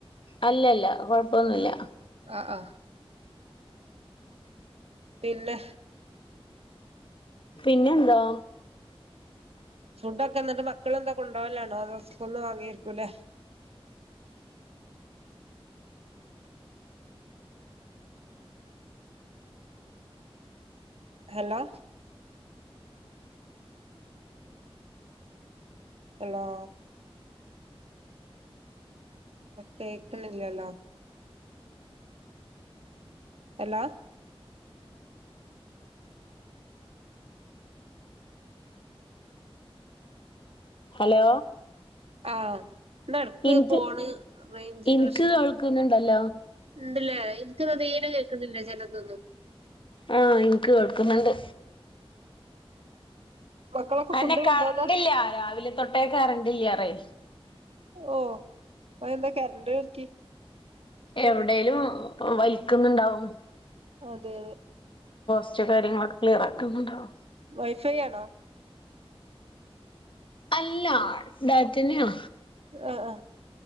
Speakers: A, on the left; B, on the right.
A: അല്ലല്ല- കൊഴപ്പൊന്നുല്ല
B: ആഹ് ആഹ് പിന്നെ
A: പിന്നെന്താ
B: ഫുഡക്കെ എന്നിട്ട് വെ ക്ള് എന്താ കൊണ്ടപോകലാണോ അതൊസ്കൂളിന് വാങ്ങിയിരിക്കൂല്ലേ ഹലോ ഹലോ കേക്കണില്ലല്ലോ എല്ലാ
A: ഹലോ
B: ആഹ നടടക്ക്
A: ഇൻക്ക്
B: പോണ് റഞ്ചിന്റെ
A: ഇൻക്ക്
B: പ്രശ്ന
A: കേൾക്കുന്നുണ്ടല്ലോ
B: ഉണ്ടല്ലേ എനക്ക് തേരെ കേക്കുന്നില്ല ച ഉ
A: ആഹ എനിക്ക് കേൾക്കുന്നുണ്ട്
B: മക്കളൊക്കെ
A: അന്നെ
B: ഫുഡ്
A: കറണ്ട്ല്ല
B: കൊണ്ടോവലാ
A: രാവിലെ തൊട്ടേ കറണ്ട്ല്ലറേ
B: ഓ അ എന്താ കരണ്ട്ക്കി
A: എവിടെേലും വലിക്കുന്നുണ്ടാവും
B: അതെ
A: കയങ്ങളക്കെ ക്ലിയറക്കുന്നുണ്ടാവും
B: വൈഫൈ ആണോ
A: അല്ല ഡാറ്റന്നെയണ
B: ആ ആ